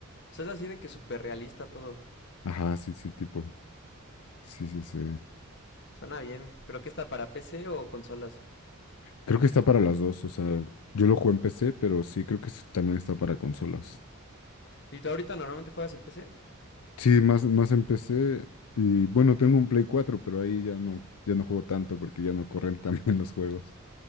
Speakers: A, on the left; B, on the left.
A: O sea, es así de que súper realista todo.
B: Ajá, sí, sí, tipo, sí, sí, sí.
A: Suena bien. ¿Pero qué está para PC o consolas?
B: Creo que está para las dos, o sea, yo lo jugué en PC, pero sí, creo que sí también está para consolas.
A: ¿Y tú ahorita normalmente juegas en PC?
B: Sí, más, más en PC. Y bueno, tengo un Play 4 pero ahí ya no, ya no juego tanto porque ya no corren tan <laughs> bien los juegos.